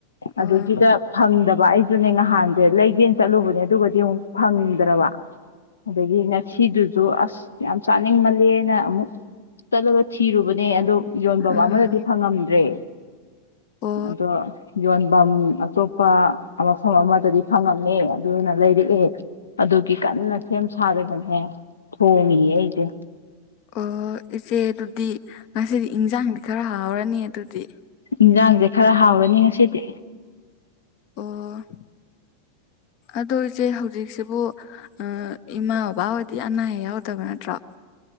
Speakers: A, on the left; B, on the left.
A: ꯑꯣ ꯑꯣ
B: ꯑꯗꯨꯒꯤꯗ ꯐꯪꯗꯕ ꯑꯩꯁꯨꯅꯦ ꯉꯍꯥꯟꯁꯦ ꯂꯩꯒꯦꯅ ꯆꯠꯂꯨꯕꯅꯦ ꯑꯗꯨꯒꯗꯤ ꯌꯦꯡꯉꯨ꯫ ꯐꯪꯗ꯭ꯔꯥꯕ ꯑꯗꯒꯤ___ ꯁꯤꯗꯨꯁꯨ ꯑꯁ ꯌꯥꯝ ꯆꯥꯅꯤꯡꯃꯜꯂꯦꯅ ꯑꯃꯨꯛ ꯆꯠꯂꯒ ꯊꯤꯔꯨꯕꯅꯦ ꯑꯗꯣ__ ꯌꯣꯟꯕꯝ
A: ꯎꯝ
B: ꯑꯃꯗꯗꯤ ꯐꯪꯉꯝꯗ꯭ꯔꯦ꯫
A: ꯑꯣ
B: ꯑꯗꯣ ꯌꯣꯟꯕꯝ ꯑꯇꯣꯞꯄ꯫ ꯃꯐꯝ ꯑꯃꯗꯗꯤ ꯐꯪꯉꯝꯃꯦ ꯑꯗꯨꯅ ꯂꯩꯔꯛꯑꯦ ꯑꯗꯨꯒꯤ ꯀꯟꯅ ꯁꯦꯝ ꯁꯥꯔꯒꯅꯦ ꯊꯣꯡꯉꯤꯌꯦ ꯑꯩꯁꯦ꯫
A: ꯑꯣ ꯏꯆꯦ ꯑꯗꯨꯗꯤ ꯉꯁꯤꯗꯤ ꯏꯟꯖꯥꯡꯗꯤ ꯈꯔ ꯍꯥꯎꯔꯅꯤ ꯑꯗꯨꯗꯤ꯫
B: ꯏꯟꯖꯥꯡꯁꯦ ꯈꯔ ꯍꯥꯎꯔꯅꯤ ꯉꯁꯤꯗꯤ꯫
A: ꯑꯣ___ ꯑꯗꯨ ꯏꯆꯦ ꯍꯧꯖꯤꯛꯁꯤꯕꯨ ꯑ ꯏꯃꯥ ꯕꯕꯥ ꯑꯣꯏꯗꯤ ꯑꯅꯥ ꯑꯌꯦꯛ ꯌꯥꯎꯗꯕ ꯅꯠꯇ꯭ꯔꯣ?